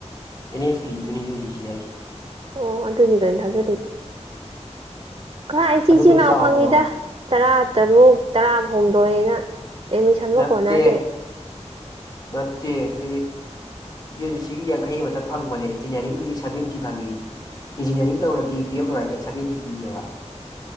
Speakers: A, on the left; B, on the right.
A: ꯑꯦꯟ ꯑꯦꯁ ꯄꯤꯒꯤꯗꯨꯅꯤ ꯌꯨꯖꯤꯁꯤ ꯍꯥꯏꯖꯦ
B: ꯑꯣ ꯑꯗꯨꯅꯤ ꯀꯩꯅꯣ ꯊꯥꯖꯤꯜꯂꯤꯗꯣ ꯀꯔꯥꯏ ꯆꯤꯆꯤ
A: ꯑꯗꯨꯗꯣ
B: ꯂꯥꯎꯅ
A: ꯆꯥꯎꯗ꯭ꯔꯣ
B: ꯐꯪꯉꯤꯗ ꯇꯔꯥ ꯇꯔꯨꯛ ꯇꯔꯥꯍꯨꯝꯗꯣꯏꯅ ꯑꯦꯠꯃꯤꯁꯟꯕꯧ
A: ꯅꯠꯇꯦ
B: ꯀꯣꯟꯅꯗꯦ
A: ꯅꯠꯇꯦꯑꯦ ꯌꯨ ꯖꯤ ꯁꯤꯒꯤ ꯌꯥꯡꯈꯩ ꯑꯃꯊꯛ ꯐꯪꯕꯅꯦ ꯏꯟꯖꯤꯅꯤꯌꯥꯔꯤꯡꯒꯤꯗꯤ ꯁꯕꯦꯟꯇꯤ ꯐꯪꯏ ꯏꯟꯖꯤꯅꯤꯌꯥꯔꯤꯡ ꯇꯧꯔꯗꯤ ꯇꯨꯌꯦꯜꯞ ꯂꯣꯏꯔꯒ ꯁꯕꯦꯟꯇꯤ ꯄꯤꯌꯦꯕ